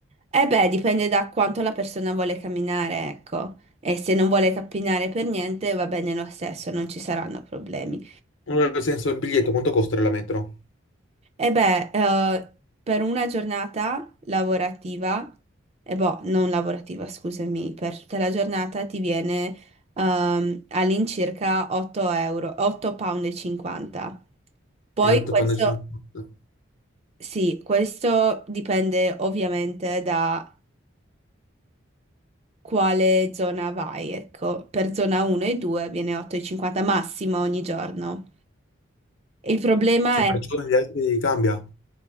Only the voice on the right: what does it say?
Eh beh, dipende da quanto la persona vuole camminare, ecco. E se non vuole camminare per niente, va bene lo stesso, non ci saranno problemi.
E beh, eh, per una giornata lavorativa, e boh, non lavorativa, scusami, per tutta la giornata ti viene ehm, all'incirca 8 euro, 8 pound e 50. Poi
questo, sì, questo dipende ovviamente da quale zona vai, ecco, per zona 1 e 2 viene 8,50 massimo ogni giorno. Il problema
è